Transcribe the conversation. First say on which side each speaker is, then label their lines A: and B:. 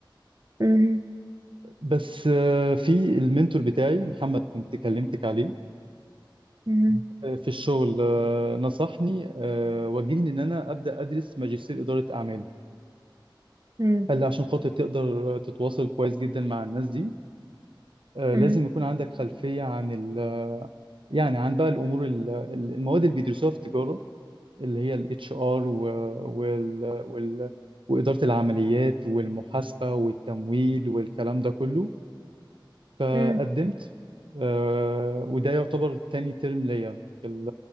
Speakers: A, on the right; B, on the right.
A: مم.
B: بس آه، في المنتور بتاعي محمد كنت كلمتك عليه
A: مم.
B: في الشغل آه، نصحني آه، وجهني ان انا ابدا ادرس ماجستير اداره اعمال
A: مم.
B: قال لي عشان خاطر تقدر تتواصل كويس جدا مع الناس دي آه،
A: مم.
B: لازم يكون عندك خلفيه عن ال يعني عن بقى الامور ال- ال- المواد اللي بيدرسوها في التجاره اللي هي الاتش ار وال وال واداره العمليات والمحاسبه والتمويل والكلام ده كله فقدمت
A: مم.
B: آه، وده يعتبر تاني ترم ليا في ال